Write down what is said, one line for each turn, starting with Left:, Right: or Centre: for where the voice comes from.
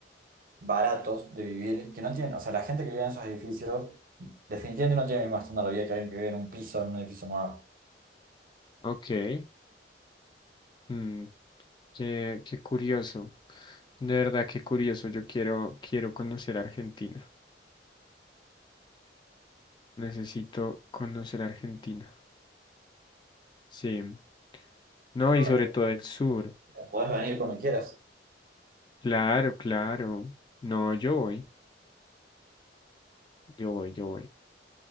Right: baratos de vivir, que no tienen, o sea, la gente que vive en esos edificios definitivamente no tiene el mismo estándar de vida que alguien que vive en un piso, en un edificio nuevo.
Left: ok. Mm, qué, qué curioso. De verdad, qué curioso. Yo quiero, quiero conocer Argentina. Necesito conocer Argentina. Sí. No,
Right: Claro.
Left: y sobre todo el sur.
Right: Podés venir cuando quieras.
Left: Claro, claro. No, yo voy. Yo voy, yo voy.